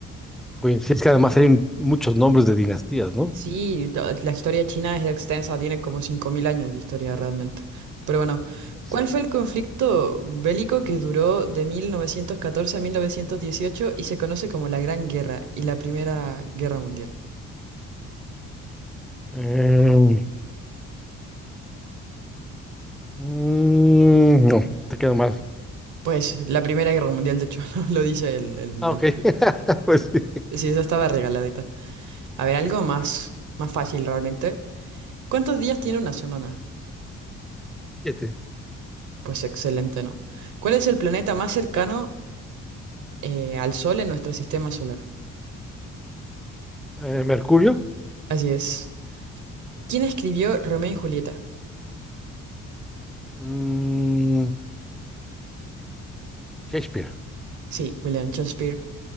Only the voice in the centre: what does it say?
Uy, sí, es que además hay un- muchos nombres de dinastías, ¿no?
Debe ser.
Eh, mm, no, te quedó mal.
Ah,
ok,
<laughs> pues sí.
Siete.
Eh, Mercurio.
Mm, Shakespeare.